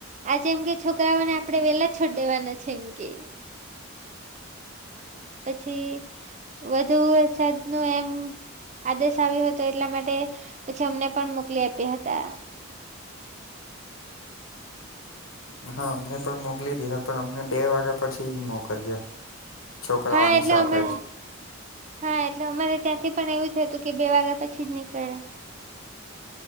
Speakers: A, on the right; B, on the left.
A: આજે એમ કે છોકરાઓને આપણેે વેલા છોડ દેવાના છે એમ કેય પછી વધુ વરસાદનું એમ આદેશ આવ્યો હતો એટલા માટે પછી અમને પણ મોકલી આપ્યા હતા.
B: હા અમને પણ મોકલી દીધા પણ અમને બે વાગ્યા પછી મોકલ્યા છોકરાઓની
A: હા એટલે
B: સાથે
A: અમે
B: જ
A: હા એટલે અમારે ત્યાંથી પણ એવું થય હતું કે બે વાગ્યા પછી જ નીકળ્યા.